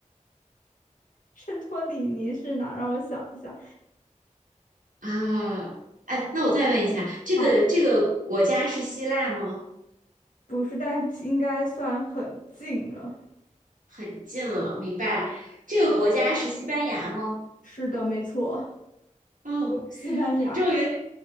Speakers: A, on the left; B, on the right.
A: 圣托里尼是哪？让我想一下。
B: 啊，哎，那我再问一下，这个这个国家是希腊吗？
A: 啊，不是，但应该算很近了。
B: 很近了，明白。这个国家是西班牙吗？
A: 是的，没错，
B: 哦，
A: 西班牙。
B: 终于